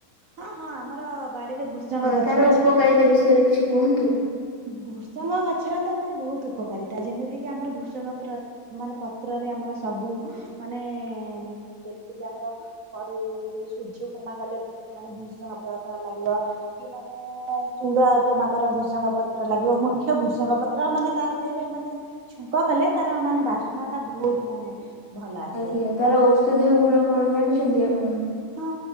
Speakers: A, on the right; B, on the left.
A: ହଁ ହଁ ଆମର ବାଡିରେ ଭୃସଙ୍ଗ
B: ହଁ
A: ଗଛ
B: ତାର
A: ଅଛି
B: ଉପକାରିତା
A: ଆଜ୍ଞା।
B: ବିଷୟରେ କିଛି କୁହନ୍ତୁ?
A: ଭୃସଙ୍ଗ ଗଛର ତ ମାନେ ବହୁତ ଉପକାରିତା ଯେମିତି କିି ଆମର ଭୃସଙ୍ଗ ପୁର ମାନେ ପତ୍ରରେ ଆମର ସବୁ ମାନେ ଯେମିତି କି ଆମର ସରି ଯୋଉ ସୁୂଜି ଉପମା କଲେ ମାନେ ଭୂଷଙ୍ଗ ପତ୍ର ଲାଗିବ। କି ମାନେ ଚୁଡା ଉପମାଙ୍କର ଭୃସଙ୍ଗ ପ ପତ୍ର ଲାଗିବ ମୁଖ୍ୟ ଭୃସଙ୍ଗ ପତ୍ର ମାନେ ତା ଦେହରେ ମାନେ ଛୁଙ୍କ କଲେ ତାର ମାନେ ବାସ୍ନା ଟା ବହୁତ ମାନେ ଭଲ ଆସେ।
B: ଆଜ୍ଞା ତାର ଔଷଧୀୟ ଗୁଣ କଣ ଜାଣିଛନ୍ତି ଆପଣ?
A: ହଁ